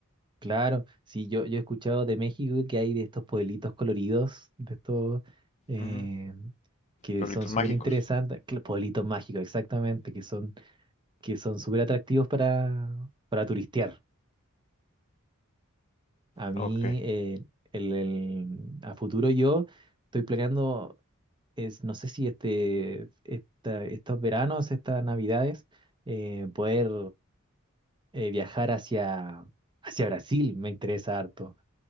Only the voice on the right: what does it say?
Claro, sí, yo, yo he escuchado de México que hay de estos pueblitos coloridos, de estos eh,
que
son súper
interesantes, que- pueblitos mágicos, exactamente, que son que son súper atractivos para, para turistear. A mí,
eh, el, el- a futuro yo estoy planeando, es, no sé si este, esta- estos veranos, estas navidades, eh, poder eh, viajar hacia, hacia Brasil, me interesa harto.